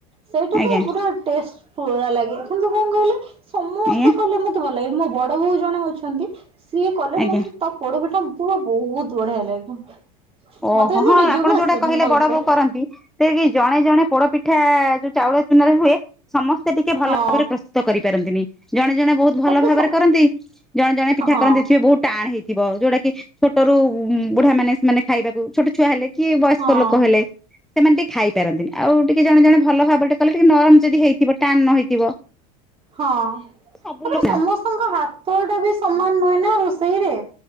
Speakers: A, on the right (about 30°); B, in the centre.
A: ସେ ଏଇଟା
B: ଆଜ୍ଞା
A: ତ ପୁରା ଟେଷ୍ଟ ପୁରା ଲାଗେ, କିନ୍ତୁ କଣ କହିଲେ ସମସ୍ତେ
B: ଆଜ୍ଞା
A: କଲେ ମତେ ଭଲ ଲାଗେ ମୋ ବଡ ବୋଉ ଜଣେ ଅଛନ୍ତି ସିଏ କଲେ
B: ଆଜ୍ଞା।
A: ମତେ ତା ପୋଡପଠା ପୁରା ବୋହୁତ ବଢିଆ ଲାଗେ।
B: ଓହୋ
A: ମତେ କିନ୍ତୁ
B: ହଁ
A: ନିଜକୁ
B: ଆପଣ
A: ଆସେନି
B: ଯୋଉଟା କହିଲେ
A: ଭଲସେ
B: ବଡ ବୋଉ କରନ୍ତି ସେ କି ଜଣେ ଜଣେ ପୋଡପିଠା ଯୋଉ ଚାଉଳ ଚୁନାରେ ହୁଏ ସମସ୍ତେ ଟିକେ ଭଲ
A: ହଁ
B: ଭାବରେ ପ୍ରସ୍ତୁତ କରିପାରନ୍ତିନି ଜଣେ ଜଣେ ବୋହୁତ
A: ତାପରେ
B: ଭଲ ଭାବରେ
A: ସ
B: କରନ୍ତି, ଜଣେ ଜଣେ ପିଠା
A: ହଁ
B: କରନ୍ତିଥିବେ ବୋହୁତ ଟାଣ ହେଇଥିବ ଯୋଉଟା କି ଛୋଟରୁ ବୁଢା ମାନେ ସେମାନେେ ଖାଇବାକୁ ଛୋଟ ଛୁଆ ହେଲେ କି ବୟସ୍କ
A: ହଁ।
B: ଲୋକ ହେଲେ ସେମାନେ ଟିକେ ଖାଇପାରନ୍ତିନି ଆଉ ଟିକେ ଜଣେ ଜଣେ ଭଲ ଭାବରେ ଟିକେ କଲେ ଟିକେ ନରମ ଯଦି ହେଇଥିବ ଟାଣ ନ ହେଇଥିବ
A: ହଁ ତାପରେ
B: ସବୁ ଲୋକ
A: ସମସ୍ତଙ୍କ ହାତ ଟା ବି ସମାନ ନୁହେଁ ନା ରୋଷେଇରେ